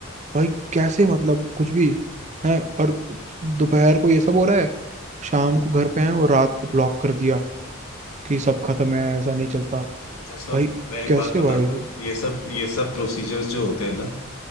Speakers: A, on the right; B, on the left.
A: भाई कैसे मतलब कुछ भी है और दोपहर को ये सब हो रहा है शाम को घर पे आए और रात को ब्लॉक कर दिया कि सब खत्म है ऐसा नहीं चलता
B: अच्छा सुन
A: भाई
B: मैं एक
A: कैसे
B: बात बताता
A: भाई
B: हूँ ये सब ये सब प्रोसीजर्स जो होते हैं ना